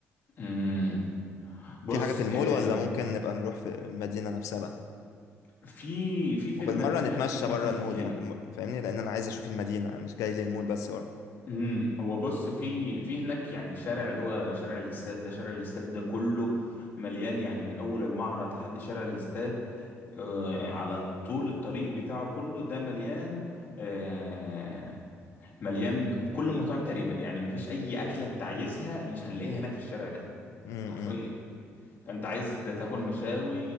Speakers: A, on the left; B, on the left.
A: مم. بص
B: في حاجه في المول
A: آه،
B: ولا ممكن نبقى نروح في المدينه نفسها بقى
A: في في في
B: وبالمره
A: المدينة
B: نتمشى
A: في أماكن
B: بره
A: كتير
B: المول يعني م- فاهمني لان انا عايز اشوف المدينه أنا مش جاي للمول بس برضه
A: امم هو بص في في هناك يعني شارع اللي هو شارع الاستاد ده شارع الاستاد ده كله مليان يعني من أول المعرض لحد شارع الاستاد آه على طول الطريق بتاعه كله ده مليان آه مليان كل المطاعم تقريبا يعني مفيش أي أكلة أنت عايزها مش هنلاقيها هناك في الشارع ده
B: امم
A: حرفيا فأنت عايز تاكل مشاوي